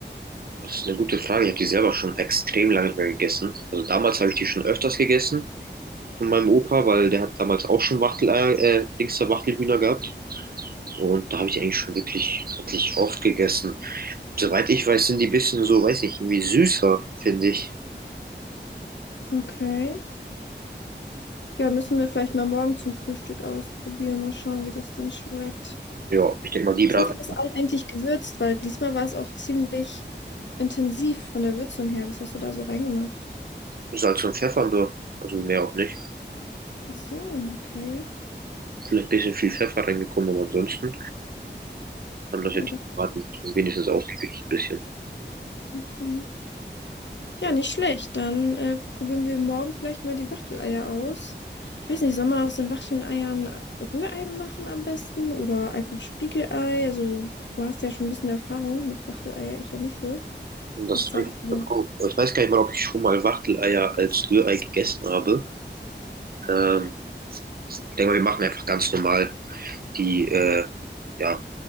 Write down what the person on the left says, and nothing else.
Okay. Ja, müssen wir vielleicht mal morgen zum Frühstück ausprobieren. Mal schauen, wie das dann schmeckt.
Was
hast du das Ei eigentlich gewürzt? Weil diesmal war es auch ziemlich intensiv von der Würzung her. Was hast du da so reingemacht?
Ach so, okay.
Ja,
das.
Okay. Ja,
nicht schlecht. Dann äh, probieren wir morgen vielleicht mal die Wachteleier aus. Ich weiß nicht, soll man aus den Wachteleiern Rührei machen am besten oder einfach Spiegelei? Also, du hast ja schon ein bisschen Erfahrung mit Wachteleier, ich ja nicht so.
Was sagst
du
denn?